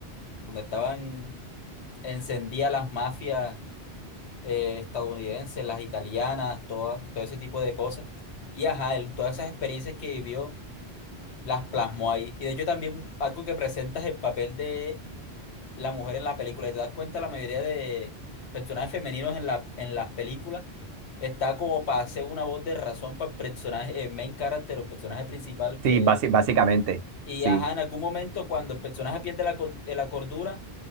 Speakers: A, on the left; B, on the right.
A: donde estaban encendidas las mafias eh, estadounidenses, las italianas, todas, todo ese tipo de cosas. Y ajá, él todas esas experiencias que vivió las plasmó ahí. Y de hecho también algo que presenta es el papel de la mujer en la película. Y te das cuenta, la mayoría de personajes femeninos en la, en las películas está como para hacer una voz de razón para el personaje, el main character o personaje principal que
B: Sí, basi- básicamente,
A: Y
B: sí.
A: ajá, en algún momento cuando el personaje pierde la, co- eh, la cordura,